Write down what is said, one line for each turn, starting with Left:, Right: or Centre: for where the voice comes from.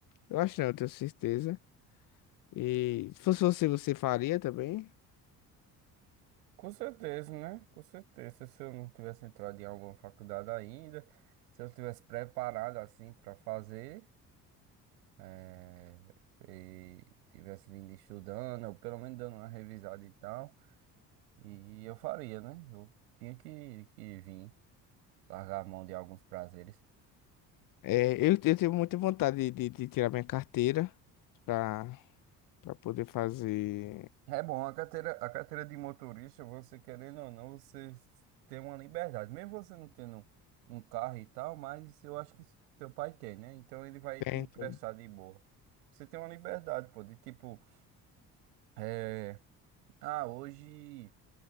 Left: Eu acho, não, eu tenho certeza. E se fosse você, você faria também?
Right: Com certeza, né? Com certeza. Se eu não tivesse entrado em alguma faculdade ainda, se eu tivesse preparado assim pra fazer. eh, se tivesse vindo estudando, ou pelo menos dando uma revisada e tal, e eu faria, né? Eu tinha que, que vir largar a mão de alguns prazeres.
Left: É, eu, eu tenho muita vontade de, de de tirar minha carteira pra, pra poder fazer.
Right: É bom, a carteira, a carteira de motorista, você querendo ou não, você tem uma liberdade. Mesmo você não tendo um carro e tal, mas eu acho que seu pai tem, né? Então ele vai
Left: Tem,
Right: te emprestar
Left: tem.
Right: de boa. Você tem uma liberdade, pô, de tipo, é, ah, hoje.